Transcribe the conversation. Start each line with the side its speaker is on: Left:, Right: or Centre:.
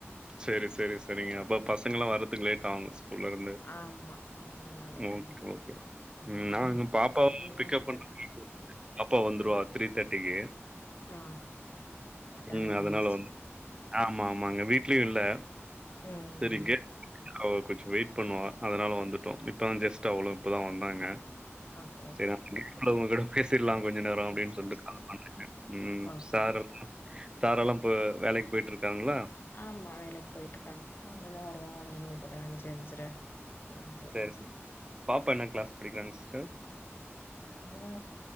Right: சேரி சேரி சேரிங்க அப்போ பசங்கலா வறதுக்கு லேட் ஆவுங்க ஸ்கூல்லருந்து
Left: ஆமா ஆமா. லேட்
Right: ஓகே
Left: ஆகும்.
Right: ஓகே
Left: ம்.
Right: நா இன்னு பாப்பாவ
Left: மணி
Right: பிக்கப் பண்ற
Left: தான ஆகுது.
Right: பாப்பா வந்துருவா த்ரீ தேர்ட்டிக்கு
Left: ஆ டைம்
Right: ம் அதனால
Left: ஆயிடுச்சு.
Right: வந்து ஆமா ஆமாங்க வீட்லயு இல்ல
Left: ம்.
Right: சேரிங்க கொஞ்சோ வெயிட் பண்ணுவா அதனால வந்துட்டோ இப்பதா ஜெஸ்ட் அவ்ளவு இப்பதா வந்தாங்க
Left: அ
Right: சேரி நா உங்ககூட பேசிடலா கொஞ்சோ நேரோ அப்டினு
Left: சேரி
Right: சொல்லிட்டு
Left: சேரி
Right: கால் பண்ணேங்க ம்
Left: ஓகே
Right: சாரு
Left: ஓகே
Right: சாரெல்லா இப்ப வேலக்கி போயிட்டு இருக்காங்களா
Left: ஆமா வேலைக்கு போயிட்டு இருக்காங்க இனிமேதா வருவாங்க அஞ்சு மணி போல அஞ்சு அஞ்சர இந்த மாரி வருவாங்க
Right: சேரி சிஸ் பாப்பா என்ன கிளாஸ் படிக்கிறாங்க சிஸ்டர்
Left: அ